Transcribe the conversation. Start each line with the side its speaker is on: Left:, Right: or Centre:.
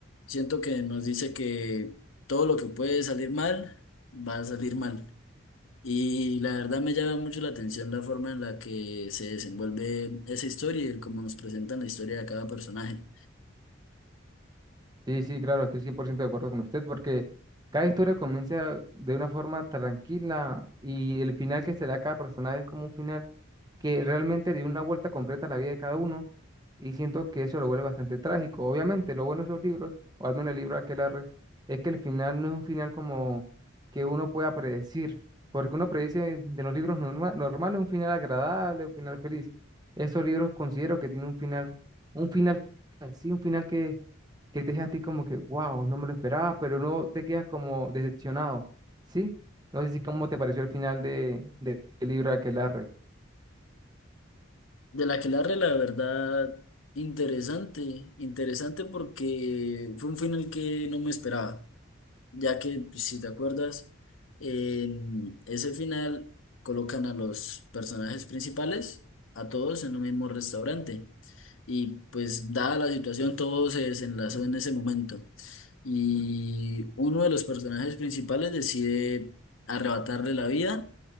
Left: Siento que nos dice que todo lo que puede salir mal, va a salir mal. Y la verdad me llama mucho la atención la forma en la que se desenvuelve esa historia y el cómo nos presentan la historia de cada personaje.
Right: Sí, sí, claro, estoy 100% de acuerdo con usted porque cada historia comienza de una forma tranquila y el final que se da a cada personaje es como un final que realmente dio una vuelta completa a la vida de cada uno y siento que eso lo vuelve bastante trágico. Obviamente, lo bueno de esos libros, o al menos el libro de Aquelarre, es que el final no es un final como que uno pueda predecir, porque uno predece de los libros norma- normales un final agradable, un final feliz. Esos libros considero que tienen un final, un final así, un final que que te deja a ti como que, wow, no me lo esperaba, pero no te quedas como decepcionado, ¿sí? No sé si cómo te pareció el final de, de, del libro de Aquelarre.
Left: Del Aquelarre, la verdad, interesante, interesante porque fue un final que no me esperaba, ya que, pues, si te acuerdas, en ese final colocan a los personajes principales, a todos en un mismo restaurante, y pues dada la situación, todo se desenlazó en ese momento, y uno de los personajes principales decide arrebatarle la vida